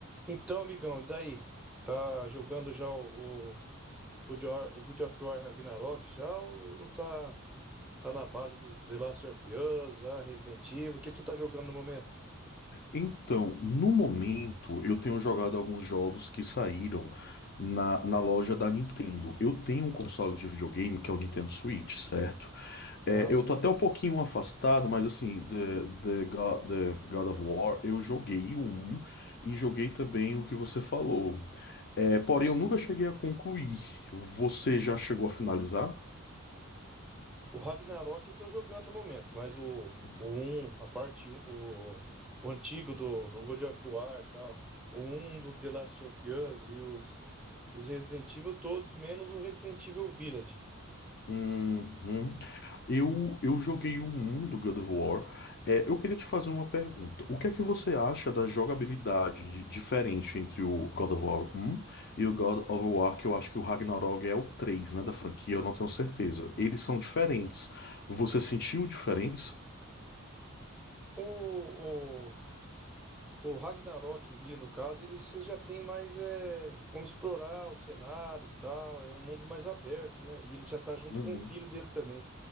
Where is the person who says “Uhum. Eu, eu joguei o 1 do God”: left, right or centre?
Left